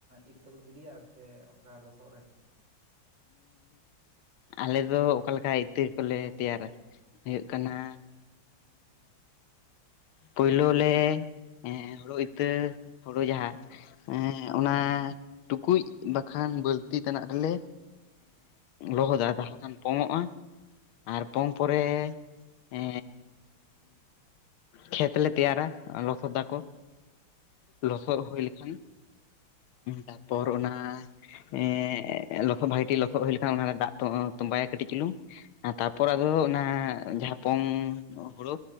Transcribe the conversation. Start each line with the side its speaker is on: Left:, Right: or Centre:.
Right: ᱤᱛ ᱛᱮᱠᱚ ᱜᱤᱰᱤᱭᱟ ᱥᱮ ᱚᱱᱠᱟ ᱞᱚᱥᱚᱫ ᱨᱮ
Left: ᱟᱞᱮ ᱫᱚ ᱚᱠᱟᱞᱮᱠᱟ ᱤᱛᱟᱹ ᱠᱚᱞᱮ ᱛᱮᱭᱟᱨᱟ ᱦᱩᱭᱩᱜ ᱠᱟᱱᱟ
Right: ᱦᱮᱸ
Left: ᱯᱳᱭᱞᱩ ᱞᱮ ᱦᱩᱲᱩ ᱤᱛᱟᱹ ᱦᱳᱲᱳ ᱡᱟᱦᱟᱸ ᱚᱱᱟ
Right: ᱦᱮᱸ
Left: ᱴᱩᱠᱩᱡ ᱵᱟᱠᱷᱟᱱ ᱵᱟᱹᱞᱛᱤ ᱛᱮᱟᱱᱟᱜ ᱨᱮᱞᱮ ᱞᱚᱦᱚᱫᱟ ᱛᱟᱦᱚᱞᱮ ᱠᱷᱟᱱ ᱯᱚᱝ ᱚᱜᱼᱟ ᱟᱨ ᱯᱚᱝ
Right: ᱚ
Left: ᱯᱚᱨᱮ ᱮ ᱠᱷᱮᱛ ᱞᱮ ᱛᱭᱟᱨᱟ ᱞᱚᱥᱚᱫ ᱟᱠᱚ ᱞᱚᱥᱚᱫ ᱦᱩᱭ ᱞᱮᱠᱷᱟᱱ ᱛᱟᱨᱯᱚᱨ ᱚᱱᱟ ᱮ ᱞᱚᱦᱚᱫ ᱵᱷᱟᱜᱤ ᱴ ᱞᱚᱦᱚᱫ ᱦᱩᱭ ᱞᱮᱠᱷᱟᱱ ᱚᱱᱟ ᱫᱟᱜ ᱛᱚᱸᱵᱟᱭᱟ ᱠᱟᱹᱴᱤᱡ ᱪᱩᱞᱩᱝ ᱛᱟᱯᱚᱨ ᱟᱫᱚ ᱚᱱᱟ ᱡᱟᱦᱟᱸ ᱯᱚᱝ ᱦᱩᱲᱩ